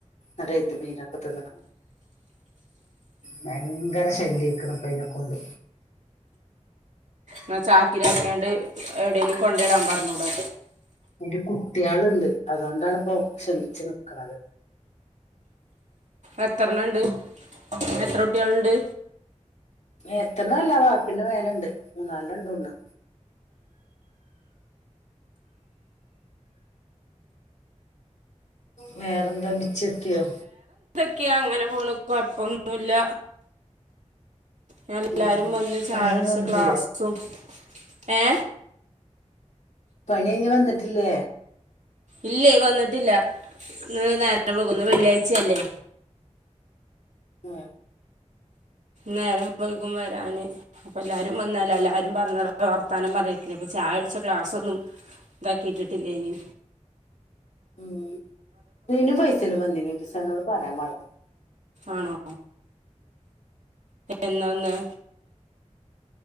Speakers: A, on the left; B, on the right.
A: ന്നട്ട് മീനൊക്കെ തിന്ന ഭയങ്കര ശല്യംയിക്കണ്ണ് അയിനാകൊണ്ട്
B: ന്നാ ചാക്കിലാക്കിക്കാണ്ട് എവിടെേങ്കിലും കൊണ്ട ഇടാൻ പറഞ്ഞു ടെ
A: അതിനു കുട്ടികളുണ്ട് അതുകൊണ്ടാണ് ഇപ്പോ ക്ഷമിച്ചു നിൽക്കുന്നത്
B: എത്ര എണ്ണം ഉണ്ട് എത്ര കുട്ടികളുണ്ട്
A: എത്ര ന്ന്അല്ല വാർപ്പിന്ടെ മേലെണ്ട് മൂന്നാലഇണ്ട് തോണുന്നു വേറെന്താ മിച്ചെത്തിയോ
B: ക്കെയ അങ്ങനെ പോണ് അപ്പൊ ഒന്നുല്ല ഞാൻ എല്ലാരും
A: ഉം
B: വന്ന് ചായ
A: പണി കഴിഞ്ഞ്
B: കുടിച്ച
A: വന്നിട്ടില്ലേ
B: ക്ലാസ്സും എ...
A: പണിയങ്ങി വന്നിട്ടില്ലേ
B: ഇല്ല വന്നിട്ടില്ല ഇന്ന് നേര നേരം വേഴുകും ഇന്ന്
A: ആ
B: വെള്ളിയാഴ്ചയല്ലേ
A: ആ
B: നേരം മവഴുകും വരാന് അപ്പ എല്ലാവാരും വന്നല്ല എല്ലാരും പറഞ്ഞട വർത്താനം പറഞ്ഞിരിക്ക അപ്പ ചായ അടിച്ച ക്ലാസ്സൊന്നും ഇതാക്കിട്ടിട്ടില്ലേന്
A: ഉ നീനും ഫൈസല് വന്നീ ഒരുസംഅന്നോട് പറയാൻ മറന്നു
B: ആണോ എന്നാവന്ന്